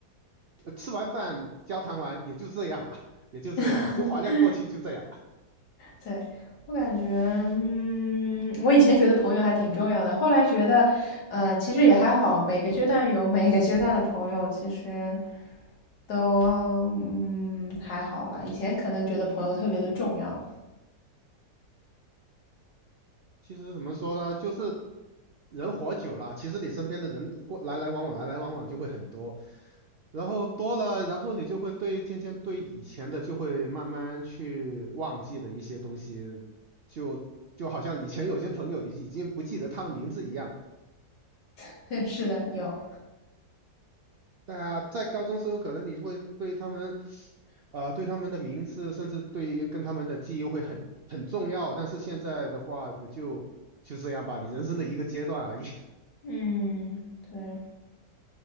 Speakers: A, on the right; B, on the left.
A: 呃吃完饭交谈完也就这样了，<laughs> 也就这样了，
B: <laughs>
A: 就怀念过去就这样了。
B: 对我感觉，嗯，我以前觉得朋友还挺重要的，后来觉得，呃，其实也还好，每个阶段有每个阶段的朋友，其实都嗯还好啦。以前可能觉得朋友特别的重要，
A: 其实怎么说呢，就是人活久了，其实你身边的人过来来往往来来往往就会很多。然后多了，然后你就会对渐渐对以前的就会慢慢去忘记的一些东西，就就好像以前有些朋友你已经不记得他的名字一样了。
B: <laughs> 是的，有，
A: 大家在高中时候，可能你就会对他们，呃，对他们的名字，甚至对于跟他们的记忆会很很重要。但是现在的话，也就就这样吧，你人生的一个阶段而已。<laughs>
B: 嗯，对。